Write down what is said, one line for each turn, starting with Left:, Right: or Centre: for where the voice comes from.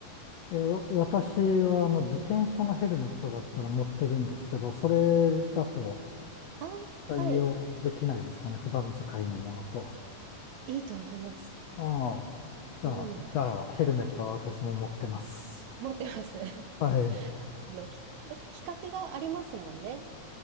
Left: え、わ私はあの自転車のヘルメットだったら持ってるんですけど、それだと
Right: あー、
Left: 対応できないですかね、
Right: はい、
Left: 普段使いのものと。
Right: いいと思います。
Left: ああ、じゃあ、
Right: うん、
Left: じゃあヘルメットは私も持ってます。
Right: 持ってます。<laughs>
Left: はい。
Right: あの、き、<laughs> 企画がありますもんね。